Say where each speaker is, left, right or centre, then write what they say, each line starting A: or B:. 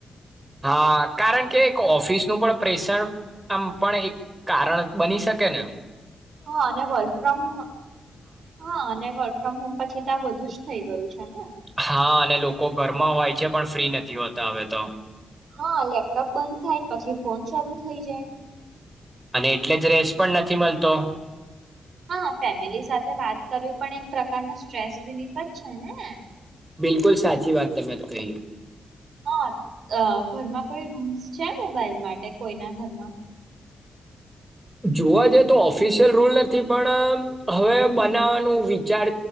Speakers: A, on the right; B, on the right.
A: હા કારણ કે એક ઓફિસનું પણ પ્રેશર પણ એક કારણ બની શકે ને એ
B: હા અને વર્ક ફ્રોમ હો હા અને વર્ક ફ્રોમ હોમ પછી ત્યા વધુ જ થઈ ગયું છે ને
A: હા અને લોકો ઘરમાં હોય છે પણ ફ્રી નથી હોતા હવે તો
B: હા લેપટોપ બંધ થાય પછી ફોન શરૂ થઈ જાય
A: અને એટલે જ રેસ પણ નથી મળતો
B: હા ફેમિલી સાથે વાત કરવી પણ એક પ્રકારનો સ્ટ્રેસ રિલીફ જ છે ને
A: બિલકુલ સાચી વાત તમારે કહીએ
B: હા અ ઘરમાં કોઈ રૂલ્સ છે મોબાઈલ માટે કોઈ ના ઘરમાં
A: જોવા જઈ તો ઓફિશિયલ રૂલ નથી પણ હવે બનાવાનું વિચાર